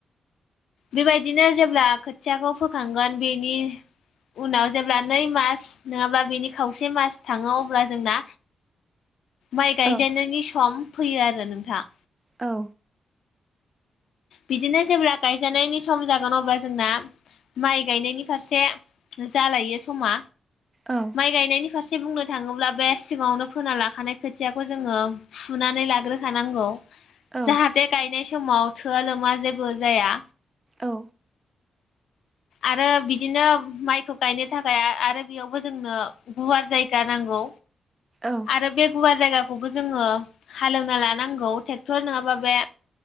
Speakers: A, on the left; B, on the right.
A: बेबायदिनो जेब्ला खोथियाखौ फोखांगोन बेनि उनाव जेब्ला नै मास नङाब्ला बेनि खावसे मास थाङो अब्ला जोंना माइ गायजेननायनि
B: औ
A: सम फैयो आरो नोंथां।
B: औ
A: बिदिनो जेब्ला गायजानायनि सम जागोन अब्ला जोंना माइ गायनायनि फारसे जालायो समा
B: औ
A: माइ गायनायनि फारसे बुंनो थाङोब्ला बे सिगाङावनो फोना लाखानाय खोथियाखौ जोङो फुनानै लाग्रोखानांगौ
B: औ
A: जाहाथे गायनाय समाव थोआ लोमा जेबो जाया।
B: औ।
A: आरो बिदिनो माइखौ गायनो थाखाय आरो बेयावबो जोंनो गुवार जायगा नांगौ‌
B: औ
A: आरो बेगुवा जायगा खौबो जोङो हालेवना लानांगौ ट्रेक्टर नङाबा बे